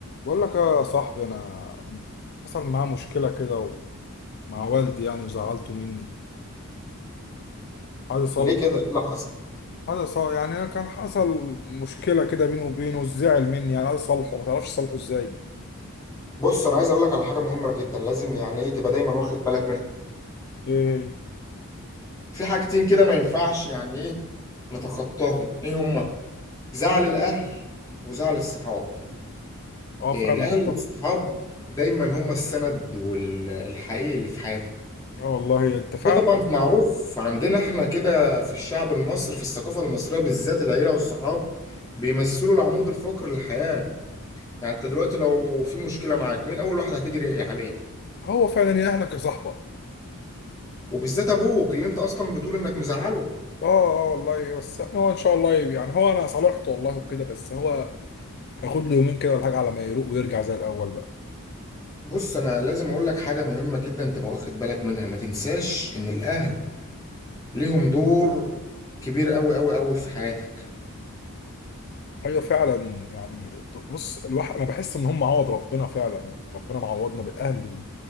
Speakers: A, on the left; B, on the left.
A: بقول لك يا صاحبي انا حصل معاه مشكله كده ومع والدي يعني وزعلته مني عايز اصلح
B: ليه كده ايه اللي حصل
A: عايز اصلح يعني كان حصل مشكله كده بيني وبينه وزعل مني يعني عايز اصلحه ما تعرفش اصلحه ازاي
B: بص انا عايز اقول لك على حاجه مهمه جدا لازم يعني ايه تبقى دايما واخد بالك منها
A: ايه هي؟
B: في حاجتين كده ما ينفعش يعني ايه نتخطاهم ايه هما زعل الاهل وزعل الصحاب
A: اه
B: إيه
A: فعلا
B: الاهل
A: والله
B: والصحاب دايما هما السند والحقيقي اللي في حياتنا
A: اه والله انت فعلا
B: ده طبعا معروف عندنا احنا كده في الشعب المصري في الثقافه المصريه بالذات العيله والصحاب بيمثلوا العمود الفقري للحياه يعني انت دلوقتي لو في مشكله معاك مين اول واحد هتجري عليه
A: هو فعلا يأهلك يا صاحبك
B: وبالذات ابوك اللي انت اصلا بتقول انك مزعله
A: اه اه والله بس يعني هو ان شاء الله يعني هو انا صالحته والله وكده بس هو هياخد له يومين كده ولا حاجه على ما يروق ويرجع زي الاول بقى
B: بص انا لازم اقول لك حاجه مهمه جدا تبقى واخد بالك منها ما تنساش ان الاهل ليهم دور كبير قوي قوي قوي في حياتك
A: ايوه فعلا يعني بص الواحد انا بحس ان هم عوض ربنا فعلا يعني ربنا معوضنا بالاهل و...